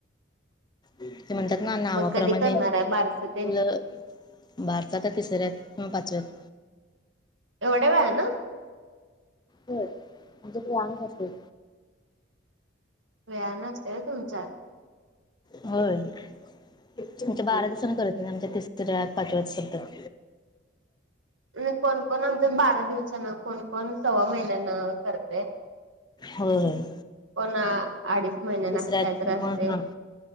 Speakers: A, on the left (about 20°); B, on the right (about 85°).
A: ते म्हणतात ना नावाप्रमाणे
B: मग कधी करणार आहे बारस ते
A: मुलं भारता तर तिसऱ्यात पाचव्यात
B: एवढ्या व ना
A: हो आच्याकडे आमच असेल
B: वेळाने असते तुमच्यात
A: होय तुमच्या बारा
B: हम्म.
A: दिवसांनी करत आमच्या तिसऱ्या पाचव्या सप्तक
B: आणि कोणकोण आमच्यात बारा दिवसान कोणकोण सव्वा महिन्यानं करतेय
A: होय होय
B: कोणा अडीच महिन्या
A: तिसऱ्या
B: नसताय तर
A: किंवा
B: असते
A: हा